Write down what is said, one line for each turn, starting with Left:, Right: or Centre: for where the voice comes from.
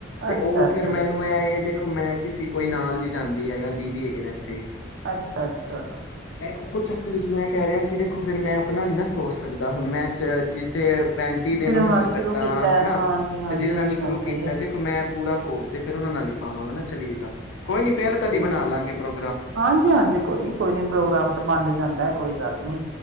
Left: ਤੇ
Right: ਅੱਛਾ
Left: ਉਹ
Right: ਅੱਛਾ
Left: ਫੇਰ ਮੈਨੂੰ ਐ ਇਹ ਦੇਖੋ ਮੈਂ ਕਿਸੀ ਕੋਈ ਨਾਲ ਵੀ ਜਾਂਦੀ ਹੈਗਾ ਦੀਦੀ ਹੈਗੇ ਨੇ ਇੱਥੇ
Right: ਅੱਛਾ-ਅੱਛਾ,
Left: ਉਹ ਚੱਕ ਮੈਂ ਕਹਿ ਰਿਹਾ ਕਿ ਦੇਖੋ ਫੇਰ ਮੈਂ, ਆਪਣਾ ਇੰਨਾ ਸੋਚ ਸਕਦਾ ਹੁਣ ਮੈਂਚ ਕਿੱਥੇ ਹੈ? ਪੈਂਤੀ ਦਿਨ
Right: ਜਿਹਨਾਂ
Left: ਉਹਨਾਂ ਨਾਲ
Right: ਸ਼ੁਰੂ
Left: ਕੱਟਾ
Right: ਕੀਤਾ ਹੈ,
Left: ਹਨਾ।
Right: ਹਾਂਜੀ ਹਾਂਜੀ
Left: ਤੇ ਜਿਹਦੇ ਨਾਲ
Right: ਇਹ
Left: ਸ਼ੁਰੂ
Right: ਵੀ ਗੱਲ
Left: ਕੀਤਾ
Right: ਸਹੀ ਹੈ
Left: ਦੇਖੋ ਮੈਂ ਪੂਰਾ ਭੋਗ ਤੇ ਫ਼ਿਰ ਉਹਨਾਂ ਨਾਲ ਈ ਪਾਵਾਂਗਾਂ ਨਾ। ਚਲੀਏਦਾ ਕੋਈ ਨੀ ਫੇਰ ਕਦੀ ਬਣਾ ਲਾਂਗੇ ਪ੍ਰੋ
Right: ਹਾਂਜੀ-ਹਾਂਜੀ ਕੋਈ ਨੀ ਕੋਈ ਨੀ ਪ੍ਰੋਗਰਾਮ ਤੇ ਬਣ ਹੀ ਜਾਂਦਾ। ਕੋਈ ਗੱਲ ਨੀ